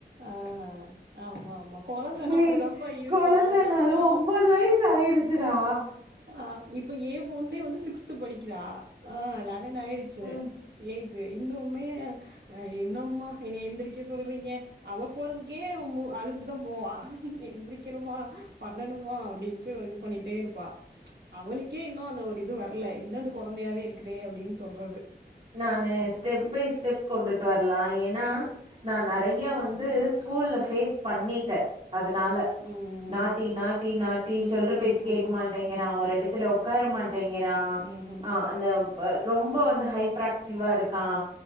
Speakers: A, on the right (about 75°); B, on the right (about 40°).
A: ஆ ஆமா ஆமா கொழந்தனா
B: டேய்
A: அப்பிடிதாம்ப்பா இருக்கு
B: கொழந்தனாலு
A: ஆ.
B: ஒம்போது வயசு ஆயிருச்சுடா
A: அ இப்ப ஏன் பொண்ணே வந்து சிக்ஸ்த் படிக்கிறா ஆ லெவன் ஆ ச்சு
B: ம்
A: ஏஜு இ ன்னுமே அ என்னம்மா என்ன எந்திரிக்க சொல்றீங்க அவ போறதுக்கே மு அழுதுட்டுதா போவா எந்திரிக்கணுமா பண்ணணுமா அப்டின்ட்டு இது பண்ணிட்டே இருப்பா அவளுக்கே இன்னு அந்த ஒரு இது வரல இன்னு இந்த கொழந்தையாவே இருக்குதே அப்டின் சொல்றது.
B: நானு ஸ்டெப் பை ஸ்டெப் கொண்டுட்டு வர்லா ஏன்னா நா நெறயா வந்து ஸ்கூல்ல ஃபேஸ் பண்ணிட்டே அதனால
A: ம்
B: நாட்டி
A: ம்
B: நாட்டி நாட்டி
A: ம்
B: சொல்ற
A: ம்
B: பேச்சு
A: ம் ம் ம்
B: கேக்க
A: ம்
B: மாட்டேங்றா. ஒரு எடத்துல உக்கார மாட் டேங்கறா
A: ம் ம் ம் ம் ம் ம் ம் ம் ம்
B: ஆ
A: ம்
B: அந்த பர் ரொம்ப வந்து ஹை ப்பர் ஆக்டிவா இருக்கா